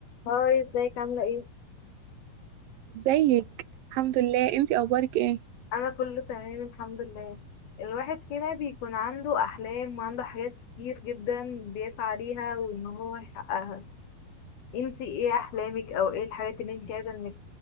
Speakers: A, on the left; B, on the right.
A: هاي ازيك عاملة ايه؟
B: ازيك الحمد لله انتي اخبارك ايه
A: أنا كله تمام الحمد لله الواحد فينا بيكون عنده أحلام وعنده حاجات كتير جدا بيسعى ليها وإن هو يحققها انتي ايه أحلامك أو ايه الحاجات اللي انتي عايزة انك